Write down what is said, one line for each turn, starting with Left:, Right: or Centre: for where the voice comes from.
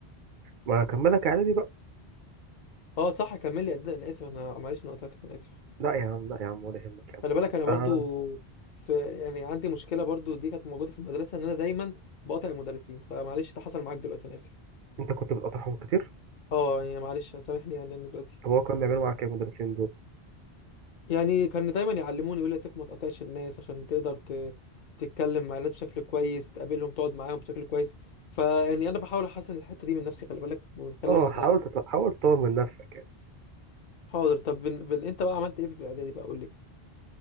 Right: ما أكملك إعدادي بقى
Left: اه صح كمل لي قد انا اسف انا معلش انا قطعتك انا اسف
Right: لا يا عم لا يا عم ولا يهمك يا عم
Left: خلي بالك انا برضو
Right: آه.
Left: في يعني عندي مشكلة برضو دي كانت موجودة في المدرسة ان انا دايما بقاطع المدرسين فمعلش ده حصل معاك دلوقتي انا اسف
Right: انت كنت بتقطعهم كتير
Left: اه يعني معلش سامحني يعني انا دلوقتي
Right: طب هو كان بيعملوا معاك ايه المدرسين دول
Left: يعني كان دايما يعلموني يقول لي يا سيف ما تقاطعش الناس عشان تقدر ت... تتكلم مع الناس بشكل كويس تقابلهم تقعد معاهم بشكل كويس فيعني انا بحاول احسن الحته دي من نفسي خلي بالك من خلال
Right: اه
Left: المدرسه
Right: حاول تطلع حاول تطور من نفسك يعني
Left: حاضر طب بن... بن... انت بقى عملت ايه في اعدادي بقى قول لي